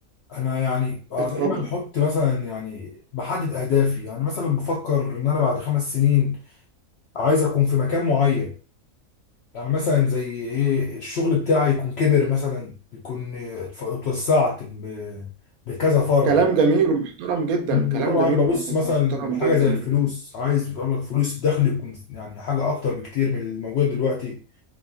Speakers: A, on the left; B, on the right.
A: انا يعني انا
B: اتفضل
A: دايما احط مثلا يعني بحدد اهدافي يعني مثلا بفكر ان انا بعد خمس سنين عايز اكون في مكان معين يعني مثلا زي ايه الشغل بتاعي يكون كبر مثلا يكون اتف- اتوسعت ب- بكذا فرع
B: كلام جميل ومحترم جدا
A: وطبعا
B: كلام جميل
A: ببص
B: ومحترم
A: مثلا لحاجه
B: جدا
A: زي الفلوس عايز والله الفلوس الدخل يكون يعني حاجه اكتر بكتير من الموجود دلوقتي